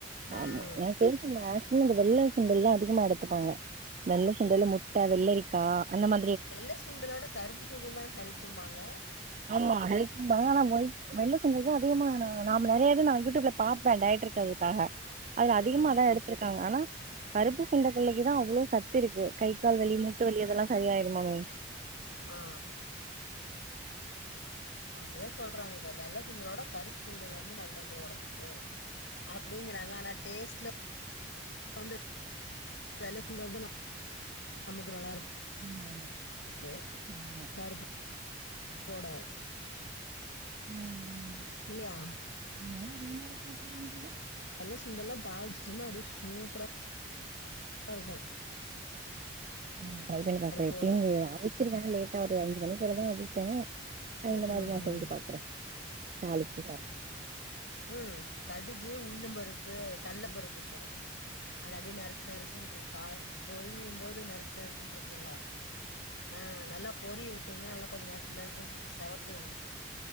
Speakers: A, on the left; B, on the right.
A: ஆ
B: ஆமா எனக்கு தெரிஞ் ட்டு மேக்சிமம் இந்த வெள்ள சுண்டல்லா அதிகமா எடுத்துப்பாங்க வெள்ள சுண்டலு முட்ட வெள்ளரிக்கா அந்த மா
A: வெள்ள சுண்டலோட கருப்பு சுண்டல்தா ஹெல்த்தும்பாங்க
B: ஆமா ஹெல்த்தும்பாங்க ஆனா வை வெள்ள சுண்டல்தா அதிகமா நாம நெறைய இது நா யூடியூப்ல பாப்பே டயட் இருக்குறதுக்காக அது
A: ஆ
B: அதிகமாதா எடுத்துருக்காங்க ஆனா கருப்பு கொண்டகல்லைக்குதா அவ்ளோ சத்து இருக்கு கை கால் வலி மூட்டு வலி அதெல்லா சரியாயிடுமாமே
A: ஆ அப்டிதா சொல்றாங்க வெள்ள சுண்டலோட கருப்பு சுண்டல் வந்து நல்லது உடம்புக்கு அப்டிங்றாங்க ஆனா டேஸ்ட்ல வந்து வெள்ள சுண்டல் வந்து நமக்கு நல்லாருக்கு
B: ஆமா ஆமா
A: கே
B: ஆமா
A: கருப்பு போட
B: உம் ஹும்
A: இல்லயா
B: என்னால அதிகமா சாப்புட முடில
A: வெள்ள சுண்டல்லா தாளிச்ச சுண்டலா அப்டியே சூப்பரா இருக்கு
B: ம் நா டிரை பண்ணி பாக்குறே
A: பருப்போட
B: எப்பயு அவிச்சிருவே லேட்டா ஒரு அஞ்சு மணி போலதா அவிப்பே
A: என்ன
B: இந்த
A: தெரியுமா
B: மாதிரி நா
A: பண்ணுவாங்க
B: செஞ்சு பாக்குறே தாளிச்சுதா
A: உம் கடுகு உளுந்தம்பருப்பு கல்ல பருப்பு போடுங்க அது அப்டின்னு நறுக்கு நறுக்குன்ற தா பொறியும் போது நறுக்கு நறுக்குன்று இருக்குல்ல ஆ நல்லா பொரிய விட்டீங்கன்னா நல்லா கொஞ்சோ நறுக்கு நறுக்குனு இருக்கு செவக்க விடணு